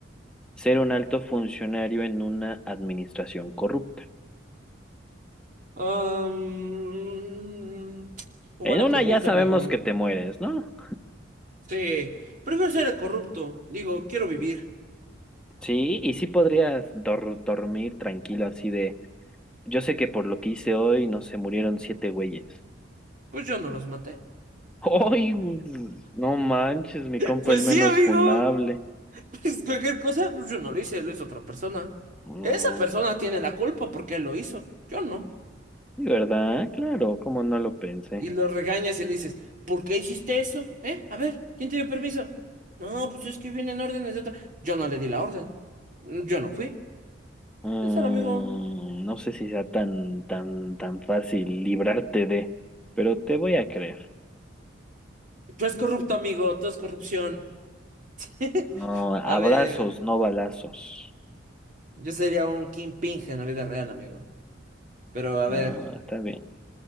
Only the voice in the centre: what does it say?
ser un alto funcionario en una administración corrupta?
En
una
ya sabemos
que te mueres, ¿no?
Sí, y sí podrías dor- dormir tranquilo así de, yo sé que por lo que hice hoy no se murieron siete güeyes.
¡Ay! <laughs> güey! No manches, mi compa
el menos
funable.
Mm,
¿y verdad? Claro, como no lo pensé.
Mm,
no sé si sea tan, tan, tan fácil librarte de, pero te voy a creer.
No, abrazos,
no balazos.
No,
está bien.